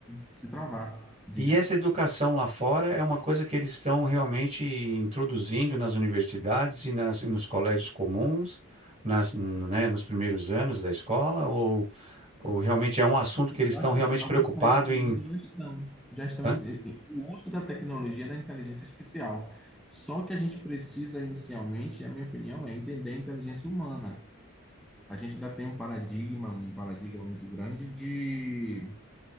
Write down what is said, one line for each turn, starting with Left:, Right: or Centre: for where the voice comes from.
Centre: se travar. Diga.
Right: e essa educação lá fora é uma coisa que eles estão realmente introduzindo nas universidades e, nas, e nos colégios comuns, nas, né, nos primeiros anos da escola, ou, ou realmente é um assunto
Centre: Eu
Right: que eles estão
Centre: acho
Right: realmente
Centre: que alguns
Right: preocupados
Centre: países do
Right: em.
Centre: mundo já estão, já estão
Right: Hã?
Centre: em- em- o uso da tecnologia da inteligência artificial. Só que a gente precisa inicialmente, a minha opinião, é entender a inteligência humana. a gente ainda tem um paradigma, um paradigma muito grande de,